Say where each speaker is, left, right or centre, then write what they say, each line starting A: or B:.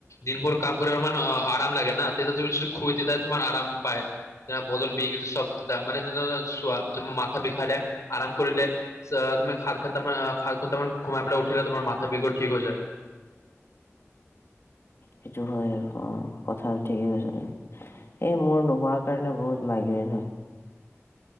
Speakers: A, on the left (about 80°); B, on the left (about 55°).
A: দিনবোৰ কাম কৰি অলমান আৰাম লাগে না, তে তুমি খুই দিলে, তোমাৰ আৰাম পায়। যে, বদন বিষ, চব যেয়া মান চোৱা যে মাথা বিষালে, আৰাম কৰিলে। তুমি সাত ঘণ্টা মান খ, মান ঘোমাই পেলাই উঠিলে তোমাৰ মথা বিঘ ঠিক হৈ যায়।
B: সেইটো হয়, আৰু অ কথা ঠিকেই কৈছা তুমি। এই মোৰ নোহোৱাৰ কাৰণে বহুত মাইগ্ৰেইন হয়।